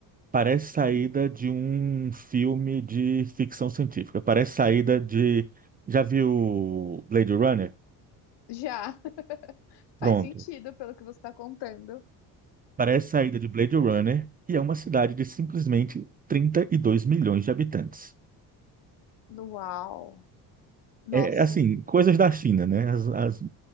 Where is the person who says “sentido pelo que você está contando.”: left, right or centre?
Left